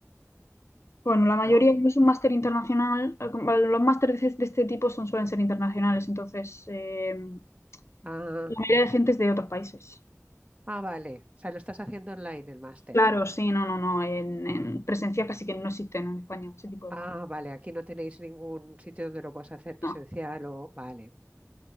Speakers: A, on the left; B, on the right.
A: Bueno, la mayoría
B: ¿no?
A: es un máster internacional. eh, com- Los másteres de, de este tipo son, suelen ser internacionales, entonces eh, la
B: Ah,
A: mayoría de gente es de otros países.
B: ah, vale. O sea, lo estás haciendo online el máster.
A: Claro, sí, no, no, no. En, en presencia casi que no existen en España ese tipo de
B: Ah,
A: máster.
B: vale. Aquí no tenéis ningún sitio donde lo puedas hacer presencial
A: No,
B: o... Vale.